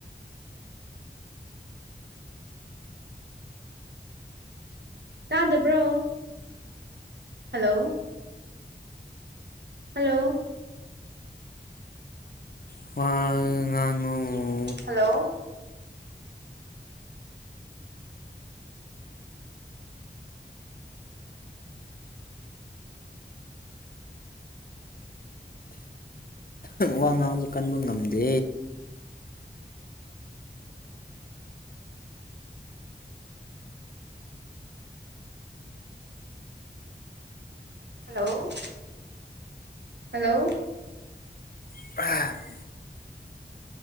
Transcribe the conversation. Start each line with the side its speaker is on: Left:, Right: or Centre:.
Right: ꯇꯥꯗꯕ꯭ꯔꯣ ꯍꯜꯂꯣ ꯍꯜꯂꯣ
Left: <unintelligible>
Right: ꯍꯜꯂꯣ
Left: ꯋꯥꯉꯥꯡ ꯉꯥꯡꯕ ꯀꯟꯕ ꯉꯝꯗꯦ
Right: ꯍꯜꯂꯣ ꯍꯜꯂꯣ
Left: ꯑ